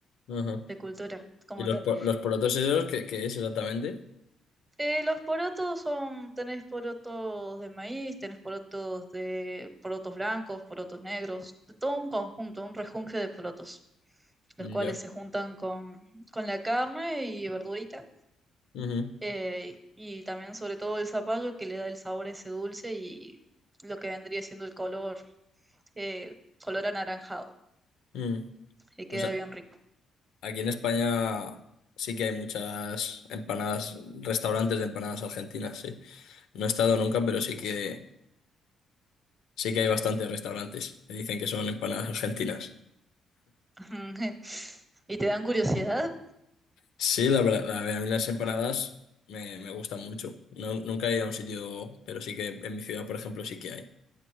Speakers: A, on the left; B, on the right.
A: Ajá.
B: de cultura como
A: ¿Y los,
B: tal.
A: po- los porotos esos, qué, qué es exactamente?
B: Eh, los porotos son, tenés porotos de maíz, tenés porotos de porotos blancos, porotos negros, de todo un conjunto, un rejunje de porotos,
A: Ya.
B: los cuales se juntan con, con la carne y verdurita,
A: Ujú,
B: eh, y también sobre todo el zapallo que le da el sabor ese dulce y lo que vendría siendo el color, eh, color anaranjado,
A: ujú.
B: y queda
A: O sea,
B: bien rico.
A: aquí en España sí que hay muchas empanadas, restaurantes de empanadas argentinas, sí. No he estado nunca, pero sí que sí que hay bastantes restaurantes que dicen que son empanadas argentinas.
B: <laughs> ¿Y te dan curiosidad?
A: Sí, la verdad, la verdad, a mí las empanadas me, me gustan mucho. No, nunca he ido a un sitio, pero sí que en mi ciudad, por ejemplo, sí que hay.